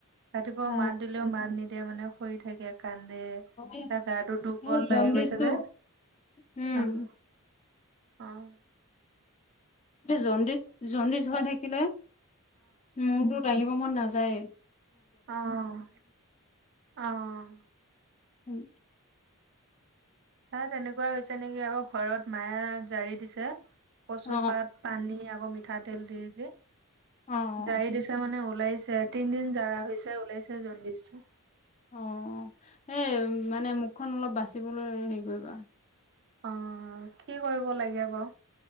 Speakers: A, on the right; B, on the left.
A: ৰাতিপুৱা
B: অ
A: মাত দিলেও, মাত নিদিয়ে মানে। শুই থাকে। কান্দে,
B: এই
A: তাৰপা গাটো দুৰ্বল
B: জণ্ডিচটো
A: লাগি গৈছে যে'।
B: উম
A: অঁহ, অঁহ।
B: উম। এ' জণ্ডিছ, জণ্ডিছ হৈ থাকিলে মোৰ টো দাঙিব- মন নাযায়।
A: অঁহ, অঁহ।
B: উম।
A: তা'ত এনেকুৱা হৈছে নেকি আকৌ, ঘৰত মায়ে জাৰি দিছে। কচু
B: অ
A: পাত, পানী, আকৌ, মিঠাতেল দিয়ে যে।
B: অ
A: জাৰি দিছে, মানে ওলাইছে। তিনিদিন জৰা হৈছে ওলাইছে জণ্ডিছটো।
B: অ এই মানে মুখখন অলপ বাচিবলৈ হেৰি কৰিবা।
A: অ কি কৰিব লাগে বাও।